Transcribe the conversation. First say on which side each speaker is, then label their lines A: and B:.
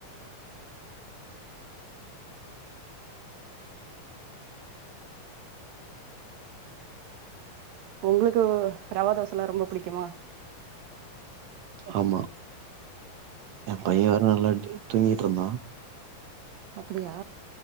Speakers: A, on the right; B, on the right.
A: ஒங்ளுக்கு ரவா தோசல்லா ரொம்ப புடிக்குமா
B: ஆமா எ பைய வேற நல்லா தூங்கிட்ருந்தா
A: அப்டியா